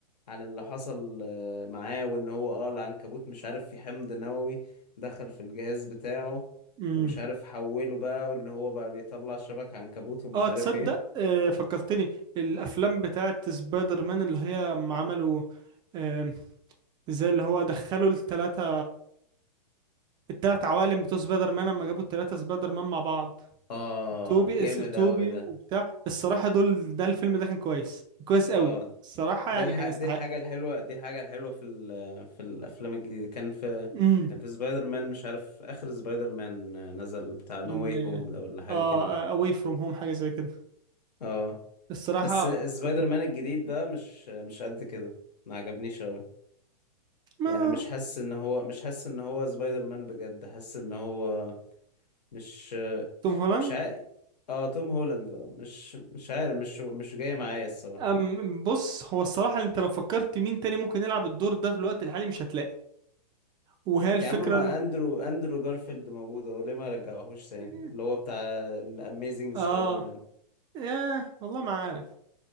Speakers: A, on the left; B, on the right.
A: عن اللي حصل آه، معاه وان هو اه العنكبوت مش عارف في حمض نووي دخل في الجهاز بتاعه
B: امم
A: ومش عارف حوله بقى وان هو بقى بيطلع شبك عنكبوت ومش
B: اه تصدق
A: عارف ايه
B: آه فكرتني الافلام بتاعت سبايدر مان اللي هي أما عملوا آه زي اللي هو دخلوا التلاتة التلات عوالم بتوع سبايدر مان لما جابوا التلاتة سبايدر مان مع بعض
A: اه
B: توبي
A: جامد
B: اس توبي
A: اوي
B: وبتاع
A: ده
B: الصراحة دول ده الفيلم ده كان كويس كويس
A: اه
B: قوي الصراحة
A: ده
B: يعني
A: الح...
B: كان يستحق
A: دي الحاجة الحلوة دي الحاجة الحلوة في ال... في الأفلام الجديدة كان في
B: امم
A: كان في سبايدر مان مش عارف آخر سبايدر مان نزل بتاع نو
B: كان
A: واي هوم ده ولا حاجة
B: اه
A: كده
B: اواي فروم هوم حاجه زي كده
A: اه
B: الصراحه
A: بس سبايدر
B: فكرتني
A: مان
B: ب-
A: الجديد بقى مش مش قد كده ما عجبنيش أوي
B: ما
A: يعني مش حاسس إن هو مش حاسس إن هو سبايدر مان بجد حاسس إن هو مش
B: توم هولاند
A: مش عارف اه توم هولاند اه مش مش عارف مش مش جاي معايا الصراحة
B: أم بص هو الصراحه انت لو فكرت مين تاني ممكن يلعب الدور ده في الوقت الحالي مش هتلاقي وهي الفكره
A: يا عم ما اندرو اندرو جارفيلد موجود اهو ليه ما رجعهوش تاني
B: إن-
A: اللي هو بتاع الاميزنج
B: اه
A: سبايدر مان
B: ياه والله ما عارف